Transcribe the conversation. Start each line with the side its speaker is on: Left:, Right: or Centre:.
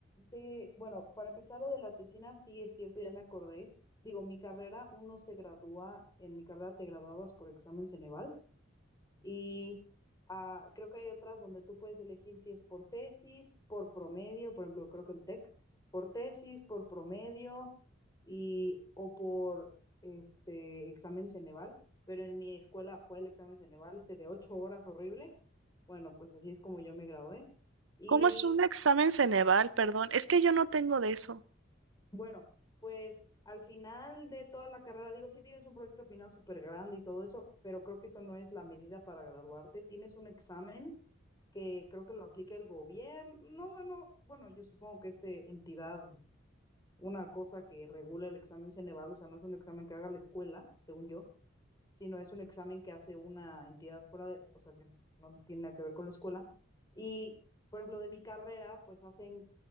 Left: te, bueno, para empezar lo de la tesina, sí es cierto, ya me acordé. Digo, mi carrera, uno se gradúa, en mi carrera te graduabas por examen Ceneval. Y ah, creo que hay otras donde tú puedes elegir si es por tesis, por promedio, por ejemplo, creo que el TEC, por tesis, por promedio y o por este examen Ceneval. Pero en mi escuela fue el examen Ceneval, este de ocho horas horrible. Bueno, pues así es como yo me gradué. Y
Right: ¿Cómo es un examen Ceneval? Perdón, es que yo no tengo de eso.
Left: Bueno, pues al final de toda la carrera, digo, sí tienes un proyecto final súper grande y todo eso, pero creo que eso no es la medida para graduarte. Tienes un examen que creo que lo aplica el gobierno. No, bueno, bueno, yo supongo que esta entidad, una cosa que regula el examen Ceneval, o sea, no es un examen que haga la escuela, según yo, sino es un examen que hace una entidad fuera de, o sea, que no tiene nada que ver con la escuela. Y, por ejemplo, de mi carrera, pues hacen